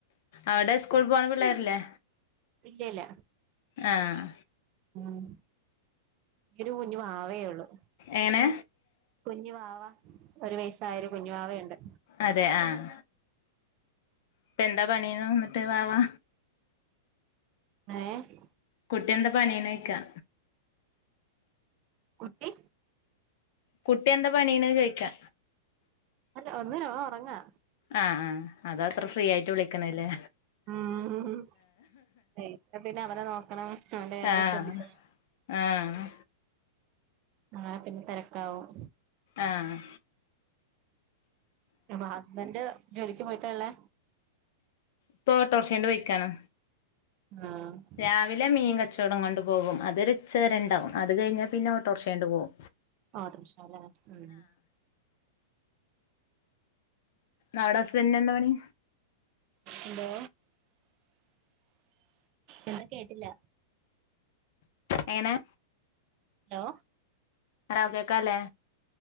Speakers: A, on the left (about 60°); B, on the right (about 40°).
A: അവ്ടെ സ്കൂൾ പോണ പിള്ളേരില്ലേ?
B: ഇല്ലല്ല
A: ആഹ്
B: ഉം ഒരു കുഞ്ഞു വാവേ ഒള്ളൂ.
A: എങ്ങനെ
B: കുഞ്ഞു വാവ ഒരു വയസ്സായൊരു കുഞ്ഞു വാവയുണ്ട്.
A: അതെ ആഹ് ഇപ്പെന്താ പണിന്ന് ന്നട്ട് വാവാ.
B: ഏഹ്?
A: കുട്ട്യെന്താ പണിനോയ്ക്കാ.
B: കുട്ടി
A: കുട്ട്യെന്താ പണീന്ന് ചോയ്ക്കാ
B: അല്ല ഒന്നുല്ല ഓ ഒർങ്ങാ.
A: ആഹ് ആഹ് അതാ ത്രേ ഫ്രീ യായിട്ട് വിളിക്ക്ണല്ലേ.
B: ഉം ഇല്ലെ പിന്നെ അവനെ നോക്കണം ഹുംവൻ്റെ കാര്യങ്ങള്
A: ആഹ്
B: ശ്രദ്ധിക്കണം.
A: ആഹ്
B: അങ്ങനെ പിന്നെ തെരക്കാവും.
A: ആഹ്
B: അപ്പൊ ഹസ്ബൻ്റ് ജോലിക്ക് പോയിട്ടാള്ളേ?
A: ഇപ്പൊ ഓട്ടോറ്ഷേണ്ട് പെയ്ക്കാണ്.
B: ആഹ്
A: രാവിലെ മീൻ കച്ചവടം കൊണ്ട് പോകും അതൊരുച്ചവരെണ്ടാവും അത് കഴിഞ്ഞാ പിന്നെ ഓട്ടോർഷേണ്ട് പോവും
B: ഓട്ടർഷ ല്ലേ ഉം
A: അവടെ ഹസ്ബന്റിനെന്താപണി?
B: എന്തോ എന്താ കേട്ടില്ല.
A: എങ്ങനെ?
B: Law
A: hello കേകാല്ലേ